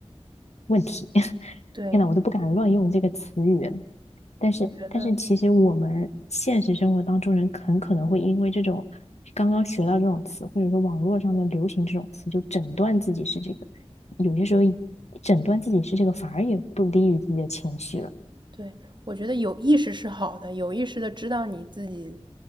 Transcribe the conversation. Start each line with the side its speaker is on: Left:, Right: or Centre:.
Left: 问题。<laughs>
Right: 对，
Left: 天呐，我都不敢乱用这个词语了。但是，
Right: 我觉得。
Left: 但是其实我们现实生活当中人很可能会因为这种刚刚学到这种词，或者说网络上的流行这种词，就诊断自己是这个。有些时候诊断自己是这个，反而也不利于自己的情绪了。
Right: 对，我觉得有意识是好的，有意识的知道你自己